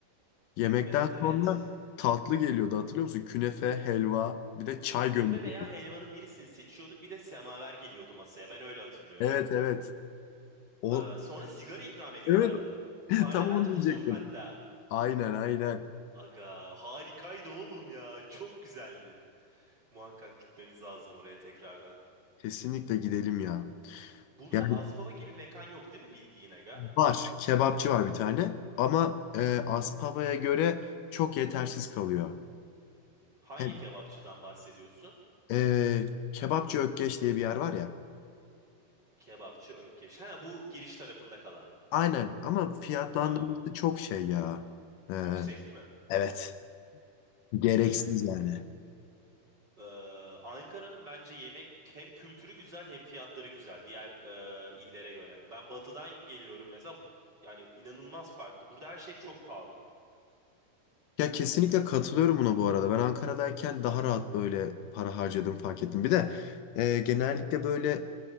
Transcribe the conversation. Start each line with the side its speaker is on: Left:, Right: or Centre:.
Left: Yemekten
Right: evet evet.
Left: sonra tatlı geliyordu hatırlıyor musun? Künefe, helva bir de çay
Right: Künefe
Left: gönderiyordu.
Right: veya helvanın birisini seçiyorduk bir de semaver geliyordu masaya ben öyle hatırlıyorum.
Left: Evet evet. O,
Right: Ee, sonra sigara ikram ediyorlardı.
Left: evet <laughs>
Right: Parlament
Left: tam onu
Right: uzun
Left: diyecektim.
Right: hatta.
Left: Aynen aynen.
Right: Aga harikaydı oğlum ya. Çok güzeldi. Muhakkak gitmemiz lazım oraya tekrardan.
Left: Kesinlikle gidelim ya.
Right: Burada
Left: Yani
Right: Aspava gibi mekan yok değil mi bildiğin aga?
Left: var. Kebapçı var bir tane. Ama e, Aspava'ya göre çok yetersiz kalıyor.
Right: Hangi
Left: Hem,
Right: kebapçıdan bahsediyorsun?
Left: e, Kebapçı Ökkeş diye bir yer var ya.
Right: Kebapçı Ökkeş. Ha bu giriş tarafında kalan.
Left: Aynen ama fiyatlandırması
Right: Tamam.
Left: çok şey ya. E,
Right: Yüksek değil mi?
Left: evet. Gereksiz
Right: Aynen.
Left: yani.
Right: Ee, Ankara'nın bence yemek hem kültürü güzel hem fiyatları güzel diğer e, illere göre. Ben batıdan geliyorum mesela Bu- yani inanılmaz farklı. Burada her şey çok pahalı.
Left: Ya kesinlikle katılıyorum buna bu arada. Ben Ankara'dayken daha rahat böyle para harcadığımı fark ettim. Bir de e, genellikle böyle